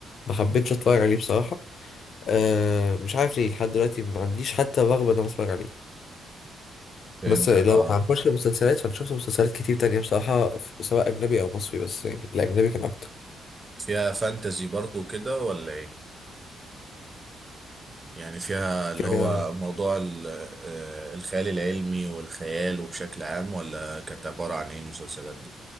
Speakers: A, on the left (about 55°); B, on the right (about 20°).
A: ما حبيتش اتفرج عليه بصراحة أه مش عارف ليه لحد دلوقتي ما عنديش حتى رغبة ان انا اتفرج عليه
B: فهمتك
A: بس لو
B: اه
A: هنخش المسلسلات فانا شفت مسلسلات كتير تانية بصراحة ف- سواء اجنبي او مصري بس يعني الاجنبي كان اكتر
B: فيها فانتزي برضو كده ولا ايه يعني فيها اللي
A: في حاجة
B: هو موضوع ال- آه، الخيال العلمي والخيال وبشكل عام ولا كانت عبارة عن ايه المسلسلات دي